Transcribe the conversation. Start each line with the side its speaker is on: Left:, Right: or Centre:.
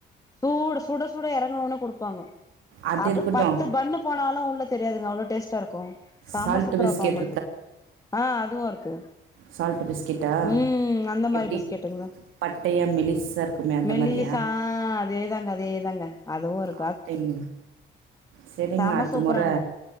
Left: சூடு சுட சுட எறங்கண ஒடனே குடுப்பாங்க
Right: அது
Left: அப்றோ
Right: இருக்கட்டும்
Left: பத்து பண்ணு போனாலு உள்ள தெரியாதுங்க அவ்ளோ டேஸ்ட்டா இருக்கு ஆ செம
Right: சால்ட்
Left: சூப்பர
Right: பிஸ்கெட்
Left: இருக்கு அவங்களுது ஆ அதுவு இருக்கு
Right: சால்ட்டு பிஸ்கெட்டா
Left: ம் அந்த மாரி
Right: எப்டி
Left: பிஸ்கெட்டுங்க
Right: பட்டையா மெலிசா இருக்குமே அந்த
Left: மெலிசா
Right: மாரியா
Left: ஆ அதே தாங்க அதே தாங்க அதுவு இருக்
Right: அப்டிங் செரிங்க
Left: செம
Right: அடுத்த
Left: சூப்பராங்க
Right: முற